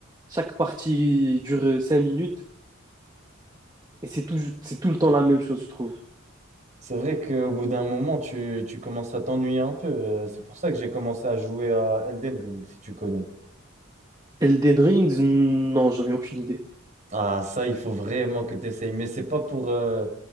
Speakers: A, on the right; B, on the right.
A: chaque partie dure euh, 5 minutes et c'est tout, c'est tout le temps la même chose, je trouve.
B: C'est vrai qu'au bout d'un moment, tu, tu commences à t'ennuyer un peu. Euh, C'est pour ça que j'ai commencé à jouer à Elden Ring, si tu connais.
A: Elden Rings, non, j'en ai aucune idée.
B: Ah, ça, il faut vraiment que tu essayes. Mais c'est pas pour, euh,